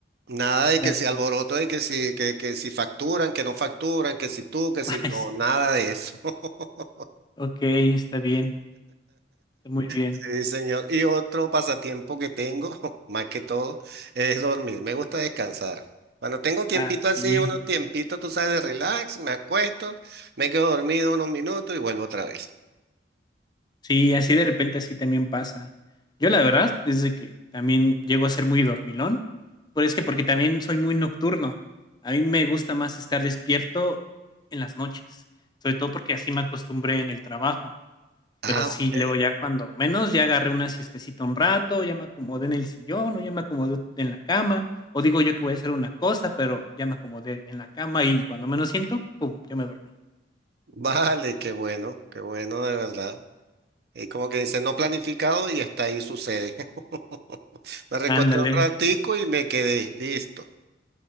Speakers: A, on the right; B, on the left.
A: Nada de
B: ya
A: que si
B: veo.
A: alboroto, de que si, que, que si facturan, que no facturan, que si tú, que si
B: <laughs> Ay,
A: no,
B: sí.
A: nada de eso. <laughs>
B: Ok, está bien. Está muy bien.
A: Sí, señor. Y otro pasatiempo que tengo, <laughs> más que todo, es dormir. Me gusta descansar. Cuando tengo un tiempito
B: Ah, sí.
A: así, unos tiempitos, tú sabes, de relax, me acuesto, me quedo dormido unos minutos y vuelvo otra vez.
B: Sí, así de repente así también pasa. Yo la verdad es de que también llego a ser muy dormilón, pero es que porque también soy muy nocturno. A mí me gusta más estar despierto en las noches, sobre todo porque así me acostumbré en el trabajo.
A: Ah,
B: Pero sí,
A: ok.
B: luego ya cuando menos ya agarré una siestecita un rato, ya me acomodé en el sillón o ya me acomodé en la cama, o digo yo que voy a hacer una cosa, pero ya me acomodé en la cama y cuando menos siento, pum, ya me dormí.
A: Vale, qué bueno, qué bueno, de verdad. Es como que dice, no planificado y hasta ahí sucede. <laughs> Me recosté
B: Ándale.
A: un ratico y me quedé listo.